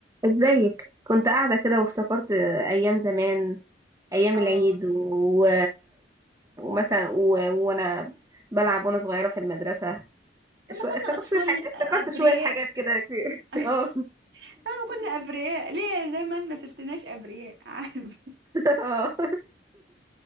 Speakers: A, on the right (about 15°); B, on the right (about 65°).
A: ازيك كنت قاعدة كده وافتكرت أيام زمان أيام
B: اه
A: العيد
B: والله
A: و... ومثلا و... وأنا بلعب وأنا صغيرة في المدرسة شو...
B: لما كنا
A: افتكرت
B: أطفال
A: شوية حاجات افتكرت
B: أبرياء
A: شوية حاجات كده كتير <laughs>
B: <laughs> لما
A: اه
B: كنا أبرياء ليه زي ما ما سبتناش أبرياء <laughs> عارف
A: اه